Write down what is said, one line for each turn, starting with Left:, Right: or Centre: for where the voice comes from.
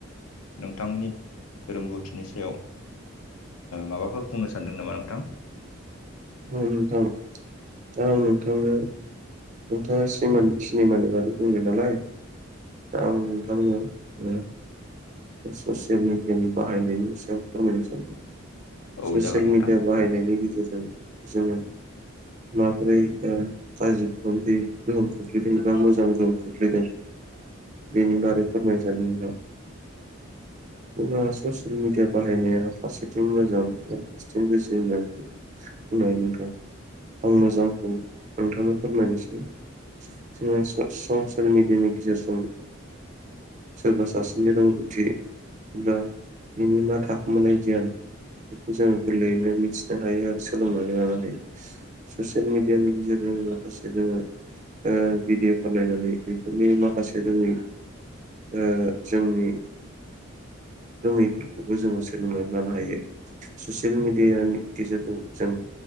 Left: नोंथांनि रोंगौथिनि सायाव माबाफोर बुंनो सानदों नामा नोंथां?
Right: औ नोंथां औ नोंथांनो नोंथांङा सिमा-सिनेमानि बागै बुंदों नालाय आं नोंथांनो ओ ससियेल मिडियानि बाहायनायनि सायाव फोरमायनो सानदों।
Left: औ
Right: ससियेल
Left: जागोन नोंथां
Right: मिडिया बाहायनायनि गेजेरजों जोङो माबोरै ओ गाज्रि गोहोम खोख्लैदों एबा मोजां गोहोम खोख्लैदों। बेनि बारै फोरमाय सानदों नोंथां। जेब्ला ससियेल मिडिया बाहायनाया फारसेथिं मोजां आरो फारसेथिं गाज्रि होननाय बुंनाय नोंथां आं मोजांखौ नोंथांनो फोरमायनोसै। जोंना ससियेल मिडियानि गेजेरजों सोरबा सासेनि रोंगौ बिनि एबा थाखोमानाय गियान बेखौ जोंङो गोरलैयैनो मिथिनो हायो आरो सोलोंनानै लानो हायो। ससियेल मेडियानि गेजेरजों माखासे जोंङो ओ भिडिअफोर नायनानै बेफोरनि माखासे रोङै ओ जोंनि रोंङैफोरखौबो जोंङो सोलोंनानै लानो हायो। ससियेल मिडियानि गेजेरजों जों